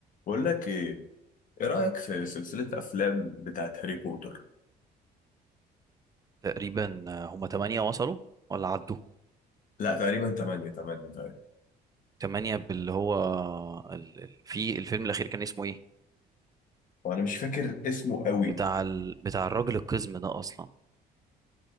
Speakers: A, on the left; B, on the right.
A: بقول لك ايه ايه رأيك في سلسلة افلام بتاعت هاري بوتر
B: تقريبا آه، هم تمانية وصلوا ولا عدوا
A: لا تقريبا 8 8 تقريبا
B: تمانية باللي هو ال... ال- في الفيلم الأخير كان اسمه إيه
A: وانا مش فاكر اسمه قوي
B: بتاع ال... بتاع الراجل القزم ده أصلا